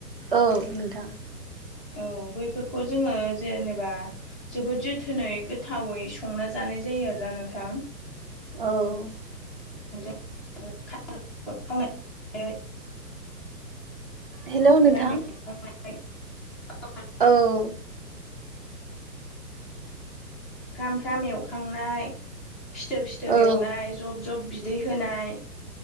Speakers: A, on the right; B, in the centre.
A: औ नोंथां।
B: औ बैफोरखौ जोङो जेनेबा जोबोद जोथोनै गोथावै संना जानो। जानाय जायो आरोना नोंथां।
A: औ
B: <unintelligible>
A: हेल' नोंथां।
B: फ्राम एवनाय <unintelligible>
A: औ
B: फ्राम फ्राम एवखांनाय सिथोब सिथोब
A: औ
B: एवनाय जब जब बिदै होनाय